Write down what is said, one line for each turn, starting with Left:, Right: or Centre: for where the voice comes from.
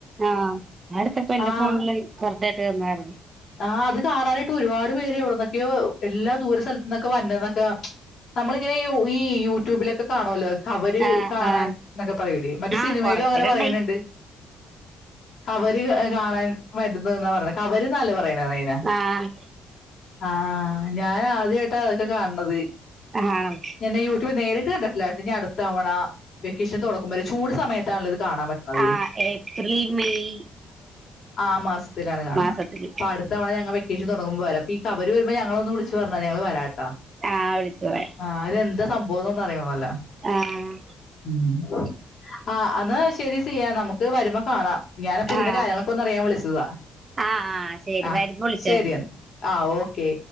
Right: ആഹ് ഞാനെടുത്തപ്പ എന്റെ
Left: ആഹ്
Right: ഫോണില് കറക്റ്റ് ആയിട്ട് വന്നായിരുന്നു
Left: ആഹ് അത് കാണാനായിട്ട് ഒരുപാട് പേര് എവിടന്നൊക്കെയോ എല്ലാ ദൂര സ്ഥലത്തു നിന്നൊക്കെ വന്നന്നൊക്കെ നമ്മളിങ്ങനെ ഈ യൂട്യൂബിലൊക്കെ കാണുല്ലോ കവര്
Right: ആഹ്
Left: കാണാൻ
Right: ആഹ്
Left: എന്നൊക്കെ പറയൂലേ മറ്റേ
Right: ആഹ്
Left: സിനിമയിലും
Right: കൊറെ
Left: അങ്ങനെ
Right: പേരുണ്ടായി
Left: പറയണുണ്ട് കവര് കാണാൻ വരുന്ന്ന്നാ പറഞ്ഞ കവരിന്നല്ലേ പറയാ
Right: ആഹ്
Left: ആ ഹ്ഞാൻ ആദ്യമായിട്ടാ അതൊക്കെ കാണണത്
Right: ആണോ
Left: ഞാനേ യൂട്യൂബ് നേരിട്ട് കണ്ടിട്ടില്ല എനി അടുത്തവണ വെക്കേഷൻ തൊടങ്ങുമ്പു ചൂട്സമയത്താണല്ലോ ഇത് കാണാൻ പറ്റണത്
Right: ആഹ് ഏപ്രിൽ മെയ്
Left: ആ മാസത്തിലാണ് കാണണെ
Right: സത്തില്
Left: അടുത്തവണ ഞങ്ങ വെക്കേഷൻ തുടങ്ങുമ്പോ വരാം അപ്പീക്കവര് വരുമ്പോ ഞങ്ങള ഒന്ന് വിളിച്ചുപറഞ്ഞാ ഞങ്ങള് വരാട്ടാ
Right: ആ ഹ് വിളിച്ചു പറയാം
Left: ആഹ് രെന്ത് സംഭവോന്നറിയണോ ലൊ
Right: ആഹ്
Left: ഉം ആ ഹ്അന്ന ശരി സിയാ നമുക്ക് വരുമ്പോ കാണാം ഞാനപ്പ ഇതിന്റെ
Right: ആഹ്
Left: കാര്യങ്ങളൊക്കെ അറിയാൻ വിളിച്ചതാ
Right: ആഹ് ആഹ് ശരി
Left: ആഹ്
Right: വരുമ്പോ വിളിച്ചാ
Left: ശരിയെന്നാ
Right: മതി
Left: ആഹ് ഓക്കെ